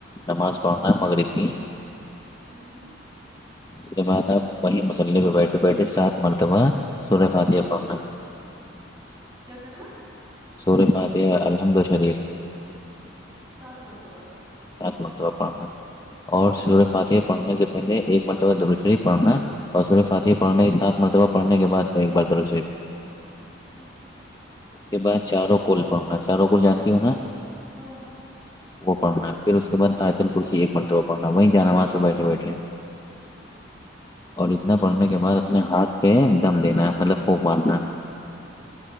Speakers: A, on the left; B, on the right.
A: نماز پڑھنا ہے مغرب کی
B: ہوں ہوں
A: اس کے بعد آپ وہی مسلے پہ بیٹھے بیٹھے سات مرتبہ سور فات پڑھنا
B: کیا کرنا
A: سور فاتح الحمد ال شریف
B: سات مس ت با
A: مرتبہ پڑھنا اور
B: پھر
A: شور فاتح پڑھنے سے پہلے ایک مرتبہب شریف پڑھنا اور صرف سات ہی پڑھنے کے سھ ملب اور پڑنے کے بد ایک بار درڑ
B: ہوں
A: اس کے بعد چاروں کوول پرنا چاروں کول جانتی ہ ہووں نا
B: ہاں
A: وہ پڑنا پھر اس کے بع آتل کرسی ایک مرتبہ پڑھنا وہ جانا وہاں سے بیٹھے بیٹھے اور اتنا پڑھنے کے بعد اپنے ہاتھ پہ دم دینا ہے مطلب پھوک مارنا ہے